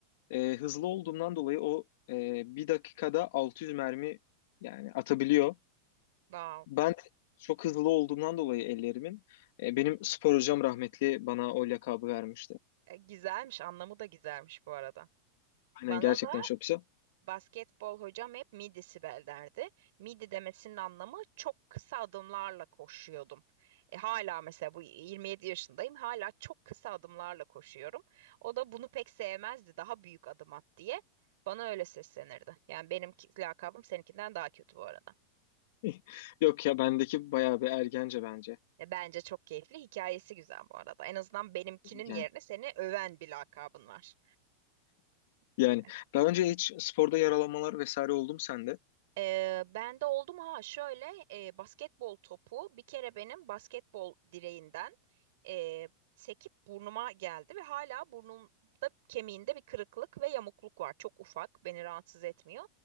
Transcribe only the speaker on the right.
Wow.
E, Güzelmiş. Anlamı da güzelmiş bu arada. Bana
da
basketbol hocam hep midi Sibel derdi. Midi demesinin anlamı çok kısa adımlarla koşuyordum. E, hala mesela bu 27 yaşındayım. Hala çok kısa adımlarla koşuyorum. O da bunu pek sevmezdi. Daha büyük adım at diye. Bana öyle seslenirdi. Yani benim ki- lakabım seninkinden daha kötü bu arada.
Ve bence çok keyifli. Hikayesi güzel bu arada. En azından benimkinin
yerine seni öven bir lakabın var.
Evet.
Ee, ben de oldum ha şöyle e, basketbol topu bir kere benim basketbol direğinden e, sekip burnuma geldi ve hala burnumda kemiğinde bir kırıklık ve yamukluk var. Çok ufak, beni rahatsız etmiyor.